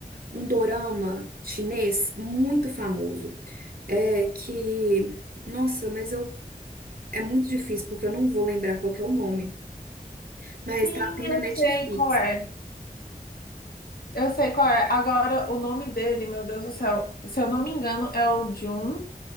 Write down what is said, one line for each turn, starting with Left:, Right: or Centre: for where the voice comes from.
Right: um dorama chinês muito famoso. É que, nossa, mas eu é muito difícil porque eu não vou lembrar qual que é o nome, mas
Left: Sim,
Right: tá tem na
Left: eu
Right: Netflix.
Left: sei qual é. Eu sei qual é. Agora, o nome dele, meu Deus do céu, se eu não me engano, é o Jun,